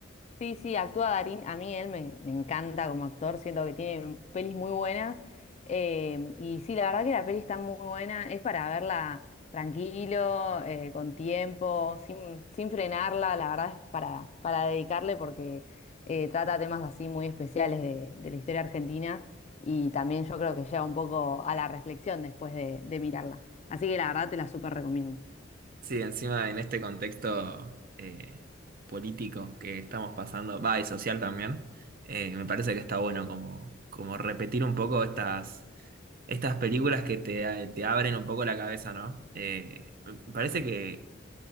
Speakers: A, on the left; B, on the right.
A: Sí, sí, actúa Darín. A mí él me, me encanta como actor, siento que tiene pelis muy buenas. eh, y sí, la verdad que la peli está muy buena. Es para verla tranquilo, eh, con tiempo, sin, sin frenarla. La verdad es para, para dedicarle porque eh, trata temas así muy especiales de, de la historia argentina. Y también yo creo que lleva un poco a la reflexión después de, de mirarla. Así que la verdad te la súper recomiendo.
B: Sí, encima en este contexto eh, político que estamos pasando, va, y social también, eh, me parece que está bueno como, como repetir un poco estas, estas películas que te, te abren un poco la cabeza, ¿no? Eh, me parece que,